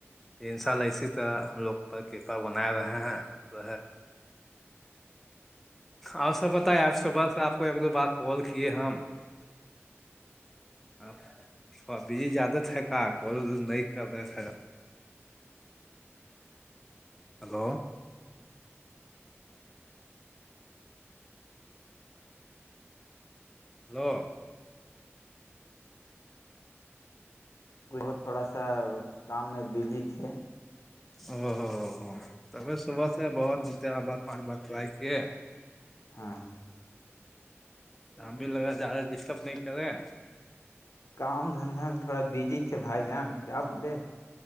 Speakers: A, in the centre; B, on the left (about 85°).
A: ان ساء اسی طرح ہم لوگ کرپا بنا رہے ہیں تو اور سب بتائے آپ صبح سے آپ کو ایک دو بار کال کیے ہم آ تھ بجی زیادہ تھ کہ کال نہیں کر رہے تھے ہلو ہلو
B: ت تھوڑا سا کام میں بزی تھے
A: او ہو ہوو ہو توبھر صبح سے بہت بتے بار پانچ بار ٹرائی کیے
B: ہاں ہاں
A: شام بھی لگا زدہ ڈسٹرب نہیں کر رہے
B: کام دھندا میں تھوڑا بزی تھے بھائی جان کیا بولے